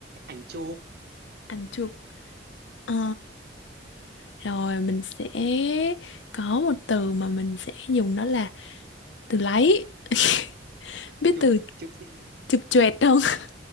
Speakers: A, on the right; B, on the left.
A: ảnh chụp
B: Ảnh chụp. Ờ Rồi mình sẽ có một từ mà mình sẽ dùng đó là từ lấy. <laughs> Biết
A: chụp
B: từ
A: chụp gì
B: chụp choẹt không? <laughs>